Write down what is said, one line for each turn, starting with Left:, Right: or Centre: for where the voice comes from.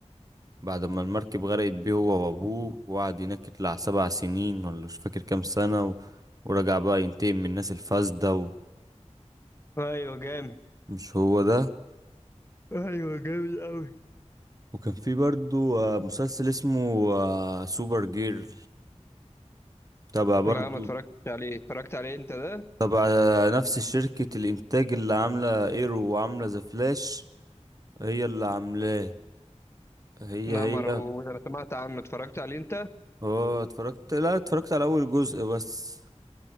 Right: بعد ما المركب غرقت بيه هو وابوه وقعد هناك يطلع سبع سنين ولا مش فاكر كام سنة و... ورجع بقى ينتقم من الناس الفاسدة
Left: ايوه جامد
Right: مش هو ده
Left: ايوه جامد قوي
Right: وكان في برضو آه، مسلسل اسمه آه، سوبر جيرل تبع برضو
Left: لا ما اتفرجتش عليه اتفرجت عليه انت ده
Right: تبع آه، نفس شركة الإنتاج اللي عاملة إيرو وعاملة ذا فلاش هي اللي عاملاه هي
Left: لا
Right: هي
Left: ما اعرفوش انا سمعت عنه اتفرجت عليه انت
Right: اه اتفرجت لا اتفرجت على أول جزء بس